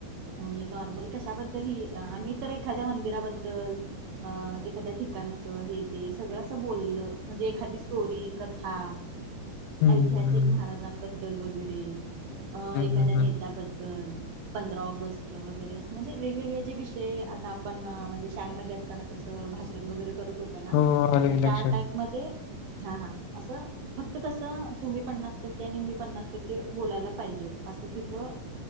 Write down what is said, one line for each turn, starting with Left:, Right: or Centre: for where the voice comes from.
Right: आणि नॉर्मल कशाबद्दल ह, आम्ही तर एखाद्या मंदिराबद्दल, अ एखाद्या ठिकाण असं हे ते, सगळं असं बोललं, म्हणजे एखादी स्टोरी कथा,
Left: हं,
Right: ऐतिहासिक
Left: हं,
Right: महाराजांन बद्दल वगैरे अ
Left: हं,
Right: एखाद्या
Left: हं, हं.
Right: नेत्याबद्दल, पंधरा ऑगस्ट वगैरे, असं म्हणजे वेगवेगळे जे विषय, आता आपण शाळेत मध्ये असताना कसं अ भाषण वगैरे करत होत ना,,
Left: हो, आलं
Right: तर
Left: की
Right: त्या
Left: लक्षात.
Right: टाईप मध्ये हा हा असं, फक्त कसं तुम्ही पन्नास टक्के आणि मी पन्नास टक्के, बोलायला पाहिजे. असं तिथं